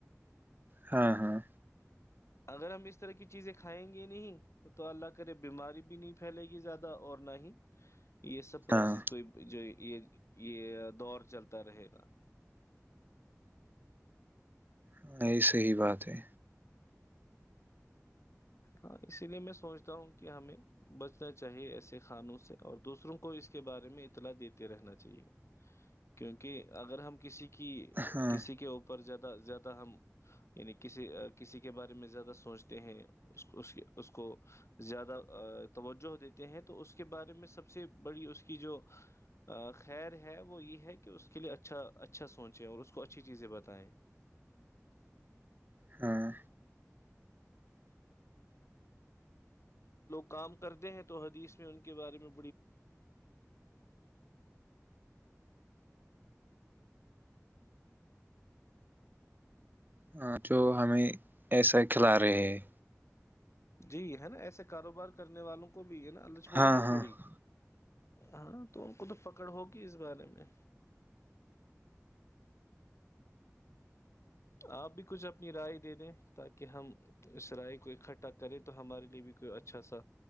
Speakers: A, on the right; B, on the left.
A: ہاں ہاں
B: اگر ہم اس طرح کی چیزیں کھائیں گے نہیں تو اللہ کرے بیماری بھی نہیں پھیلے گی زیادہ اور نہ ہی یہ سب پروسیز
A: ہاں
B: کوئی جو یہ یہ دور چلتا رہے گا
A: ہ یہی صحی بات ہے
B: ہاں اسی لیے میں سوچتا ہوں کہ ہمیں بچنا چاہیے ایسے خھانوں سے اور دوسروں کو اس کے بارے میں اطلاع دیتے رہنا چاہیے کیونکہ اگر ہم کسی کہ
A: ہاں
B: کسی کے اوپر جد زیادہ ہم یعنی کسی کسی کے بارے میں زیادہ سوچتے ہیں اس اس کی اس کو زیادہ توجہ دیتے ہیں تو اس کے بارے میں سب سے بڑی اس کی جو خیر ہے وہ یہ ہے کہ اس کے لیے اچھا اچھا سوچیں اور اس کو اچھی چیزیں بتائیں
A: ہاں
B: کام کرتے ہیں تو حدیث میں ان کے بارے میں
A: ہاں جو ہمیں ایسا کھلا رہے ہیں
B: جی ہے نا ایسے کاروبار کرنے والوں کو وہ بھی ہے نا اللہ چھوڑیں
A: ہاں
B: گے
A: ہاں
B: تھوڑی ہاں تو خ تو پکڑ ہوگی اس بارے میں آپ بھی کچھ اپنی رائے دے دیں تاکہ ہم اس رائے کو اکٹھا کریں تو ہمارے لیے بھی کوئی اچھا سا